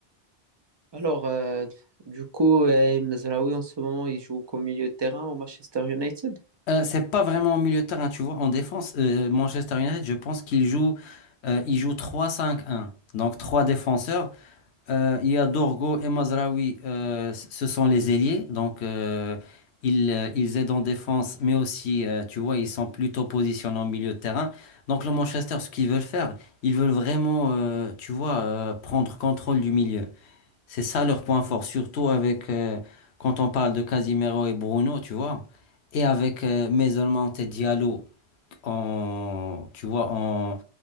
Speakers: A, on the right (about 40°); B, on the left (about 80°).
A: Alors, euh, du coup, euh, Mezraoui, en ce moment, il joue comme milieu de terrain au Manchester United.
B: Euh, c'est pas vraiment en milieu de terrain, tu vois. En défense, euh, Manchester United, je pense qu'il joue, euh, il joue trois cinq un. Donc trois défenseurs Euh, il y a Dorgo et Mazraoui, euh, c- ce sont les ailiers, donc euh, ils, euh, ils aident en défense, mais aussi, euh, tu vois, ils sont plutôt positionnés en milieu de terrain. Donc le Manchester, ce qu'ils veulent faire, ils veulent vraiment, euh, tu vois, euh, prendre contrôle du milieu. C'est ça leur point fort, surtout avec, euh, quand on parle de Casimiro et Bruno, tu vois, et avec euh, Mason Mount et Diallo en, tu vois, en,